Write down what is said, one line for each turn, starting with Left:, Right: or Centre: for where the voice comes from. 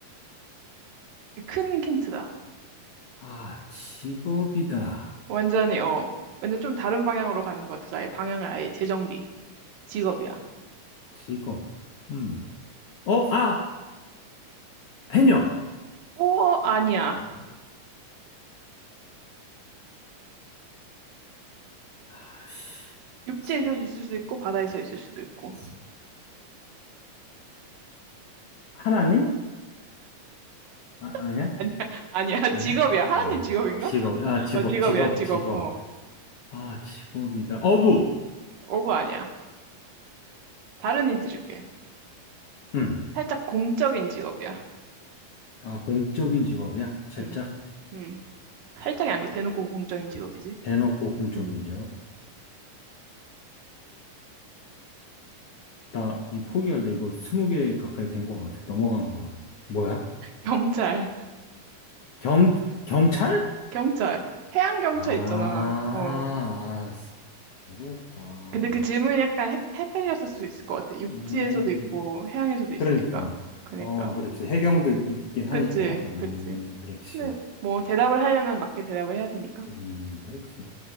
Right: 큰 힌트다.
Left: 아, 직업이다.
Right: 완전히, 어, 완전 좀 다른 방향으로 가는 것 같아서 아예 방향을 아예 재정비. 직업이야.
Left: 직업. 음. 어, 아, 해녀.
Right: 오, 아니야.
Left: 아, 씨.
Right: 육지에서
Left: 신,
Right: 있을 수도 있고, 바다에서 있을 수도 있고.
Left: 신, 하나님? 아, 아니야?
Right: <laughs> 아니야, 아니야.
Left: 아니야?
Right: 직업이야. 하나님
Left: 아,
Right: 직업인가?
Left: 직업, 아, 직업,
Right: 어, 직업이야,
Left: 직업,
Right: 직업.
Left: 직업.
Right: 어,
Left: 아, 직업이다. 어부!
Right: 오브 아니야. 다른 힌트 줄게.
Left: 음.
Right: 살짝 공적인 직업이야.
Left: 아, 공적인 직업이야? 살짝
Right: 음, 음. 살짝이 아니고 대놓고 공적인 직업이지.
Left: 대놓고
Right: 음,
Left: 공적인
Right: 음.
Left: 직업? 나 이 포기할래. 이거 스무 개 가까이 된 것 같아. 넘어간 것 같아. 뭐야?
Right: 경찰,
Left: 경, 경찰?
Right: 경찰. 해양 경찰
Left: 아, 아,
Right: 있잖아. 어.
Left: 어렵다.
Right: 근데 그 질문이 약간 헷, 헷갈렸을 수도 있을 것 같아. 육지에서도
Left: 음,
Right: 있고 해양에서도 있으니까.
Left: 그러니까.
Right: 그니까.
Left: 어, 그렇지. 해경도 있긴 하니까.
Right: 그치,
Left: 아,
Right: 그치.
Left: 그렇지.
Right: 근데 뭐 대답을 하려면 맞게 대답을 해야 되니까.
Left: 음, 그렇지.